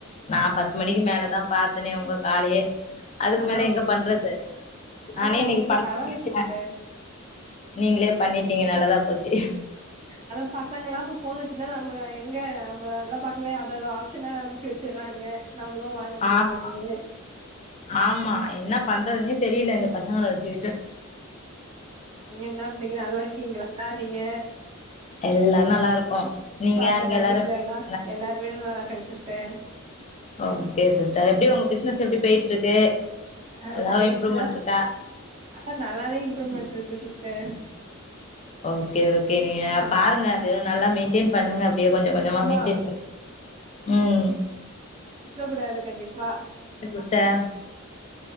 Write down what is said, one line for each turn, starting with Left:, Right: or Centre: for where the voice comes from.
Left: நா பத்து மணிக்கு மேலதா பாத்தனே உங்க காலையே அதுக்கு
Right: ஆ
Left: மேல எங்க பண்றது நானே
Right: ஆ
Left: இன்னிக்கி
Right: ஓகே
Left: பண்ணனு
Right: பரவால்ல சிஸ்டர்
Left: நெனச்ச நீங்களே பண்ணிட்டீங்க நல்லாதா போச்சு
Right: அத பசங்க எல்லா இப்ப போன் வெச்சுன்னா நம்ம எங்க நம்ம அந்த பாக்கவே அத ஒரு பிரச்சனா அமைக்க வெச்சடுறாங்க நம்மளு வாங்க முடிய
Left: ஆமா
Right: மாட்டேங்குது
Left: ஆமா என்ன பண்றதுன்னே தெரியல இந்த பசங்க வெச்சுக்கிட்டு
Right: என்ன எப்படிங்கிற நல்லா இருக்கீங்களா நீங்க
Left: எல்லாரு நல்லா இருக்கோ நீங்க
Right: பசங்க
Left: அங்க எல்லாரு
Right: வீட்ல
Left: எப்டி
Right: எல்லா
Left: இருக்காங்க
Right: எல்லாருமே நல்லா இருக்காங்க சிஸ்டர்
Left: ஓகே சிஸ்டர் எப்டி உங்க பிசினஸ் எப்டி போயிட்டு இருக்கு
Right: ஆ
Left: ஏதாவது
Right: பொயிட்
Left: இம்ப்ரூவ்மெண்ட் இருக்கா
Right: ஆனா நல்லாவே இம்ப்ரூவ்மெண்ட் இருக்கு சிஸ்டர்
Left: ஓகே ஓகே நீங்க
Right: ஆ
Left: பாருங்க அது நல்லா மெயின்டெயன் பண்ணுங்க அப்டியே கொஞ்ச கொஞ்சமா
Right: ஆமா
Left: மெயின்டென் உம்
Right: விட்ற கூடாது கண்டிப்பா
Left: சிஸ்டர்